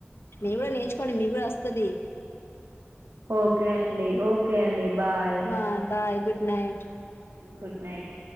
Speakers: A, on the left (about 65°); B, on the right (about 70°).
A: మీ కూడా నేర్చుకోండి మీ కూడా వస్తుది
B: ఓకే అండి ఓకే అండి బాయ్.
A: ఆ bye good night
B: good night